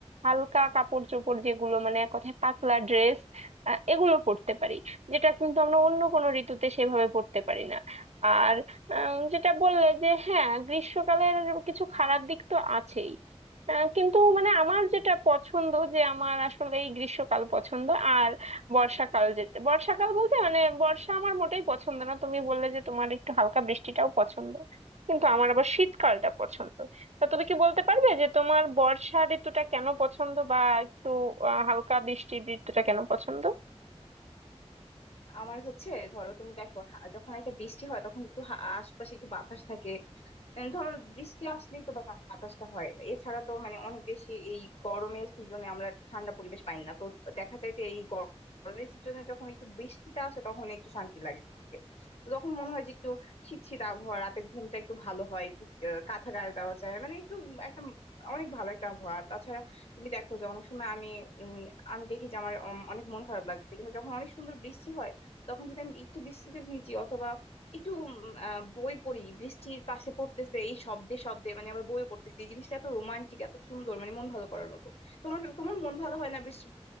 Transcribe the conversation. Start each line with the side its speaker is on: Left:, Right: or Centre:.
Right: হালকা কাপড় চোপড় যেগুলো মানে এক কথায় পাতলা ড্রেস এগুলো পরতে পারি যেটা কিন্তু আমরা অন্য কোনো ঋতুতে সেভাবে পরতে পারি না আর আহ, যেটা বললে যে হ্যাঁ গ্রীষ্মকালের কিছু খারাপ দিক তো আছেই আহ, কিন্তু মানে আমার যেটা পছন্দ যে আমার আসলে এই গ্রীষ্মকাল পছন্দ আর বর্ষাকাল যেতে বর্ষাকাল বলতে মানে বর্ষা আমার মোটেই পছন্দ না তুমি বললে যে তোমার একটু হালকা বৃষ্টিটাও পছন্দ কিন্তু আমার আবার শীতকালটা পছন্দ তা তুমি কি বলতে পারবে যে তোমার বর্ষা ঋতুটা কেন পছন্দ বা একটু আহ, হালকা বৃষ্টি ঋতুটা কেন পছন্দ
Left: আমার হচ্ছে ধরো তুমি দেখো হা- যখন একটা বৃষ্টি হয় তখন একটু হা- আশপাশে একটু বাতাস থাকে উম, ধরো বৃষ্টি আসলেই তো বা- বাতাসটা হয় এছাড়া তো মানে অনেক বেশি এই গরমের সিজনে আমরা একটু ঠান্ডা পরিবেশ পাই না তো দেখা যায় যে এই গর- গরমের সিজনে যখন একটু বৃষ্টিটা আসে তখন একটু শান্তি লাগে তো তখন মনে হয় যে একটু শীত শীত আবহাওয়া রাতে ঘুমটা একটু ভালো হয় একটু আহ, কাঁথা গায়ে দেওয়া যায় মানে একটু একটা অনেক ভালো একটা আবহাওয়া তাছাড়া তুমি দেখো যে অনেক সময় আমি উম, আমি দেখি যে আমার উম, অনেক মন খারাপ লাগছে কিন্তু যখন অনেক সুন্দর বৃষ্টি হয় তখন যদি আমি একটু বৃষ্টিতে ভিজি অথবা একটু উম, আহ, বই পড়ি বৃষ্টির পাশে পড়তেছে এই শব্দে শব্দে মানে আবার বই পড়তেছে এই জিনিসটা এত রোমান্টিক এত সুন্দর মানে মন ভালো করার মতো তোমার তোমার মন ভালো হয় না বৃষ্টি